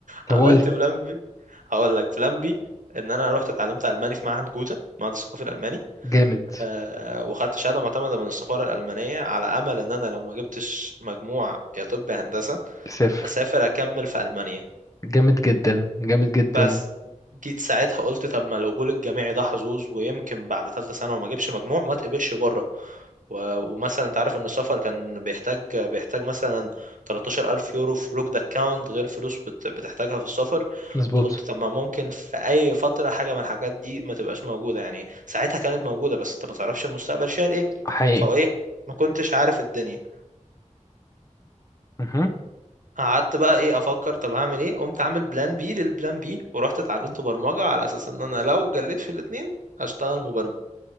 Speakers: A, on the left; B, on the right.
A: طب
B: عملت
A: قول
B: بلان بي هقول لك بلان بي ان انا رحت اتعلمت الماني في معهد جوتا معهد الثقافي الالماني
A: جامد
B: أه وخدت شهاده معتمده من السفاره الالمانيه على امل ان انا لو ما جبتش مجموع يا طب يا هندسه
A: صفر
B: اسافر اكمل في المانيا
A: جامد جدا جامد جدا
B: بس جيت ساعتها قلت طب ما القبول الجامعي ده حظوظ ويمكن بعد ثالثه ثانوي وما اجيبش مجموع ما تقبلش بره و- ومثلا انت عارف ان السفر كان بيحتاج بيحتاج مثلا 13000 يورو في لوكد اكاونت غير فلوس بت- بتحتاجها في السفر
A: مظبوط
B: قلت طب ما ممكن في اي فتره حاجه من الحاجات دي ما تبقاش موجوده يعني ساعتها كانت موجوده بس انت ما تعرفش المستقبل شايل ايه
A: حقيقي
B: فايه ما كنتش عارف الدنيا
A: مهم.
B: قعدت بقى ايه افكر طب هعمل ايه قمت عامل بلان بي للبلان بي ورحت اتعلمت برمجة على اساس ان انا لو جليت في الاتنين هشتغل مبرمج